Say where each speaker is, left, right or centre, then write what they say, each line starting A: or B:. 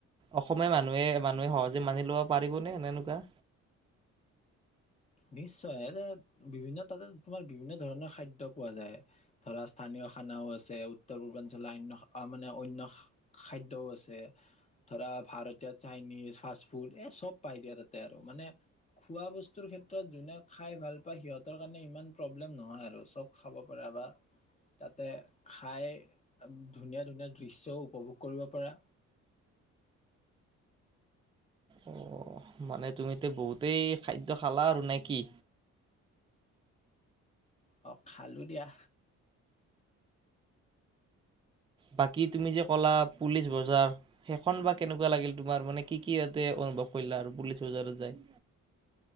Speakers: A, on the right (about 15°); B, on the left (about 25°).
A: অসমীয়া মানুহে মানুহে সহজে মানি লব পাৰিবনেে এনেকুৱা?
B: নিশ্চয়! বিভিন্ন তাতে তোমাৰ বিভিন্ন ধৰণৰ খাদ্যয় পোৱা যায় ধৰা স্থানীয় খানাও আছে। উত্তৰ পূৰ্বাঞ্চলৰ অন্য মানে অন্য খাদ্যও আছে। ধৰা ভাৰতীয় চাইনিজ ফাষ্ট ফুড এই চব পাই দিয়া তাতে আৰু। মানে খোৱা বস্তুৰ ক্ষেত্ৰত সত যোনে খাই ভাল পায় সিহঁতৰ কাৰণে ইমান প্ৰব্লেম নহয় আৰু চব খাব পাবা তাতে খাই ধুনীয়া ধুনীয়া দৃশ্যও উপভোগ কৰিব পাৰা।
A: অ' মানে তুমিতে বহুতেই খাদ্য খালা আৰু নে কি?
B: অ' খালোঁ দিয়া।
A: বাকী তুমি যে ক'লা পুলিচ বজাৰ সেইখন বা কেনেকুৱা লাগিল তোমাৰ? মানে কি কি ইয়াতে অনুভৱ কৰিলা আৰু পুলিচ বজাৰত যায়?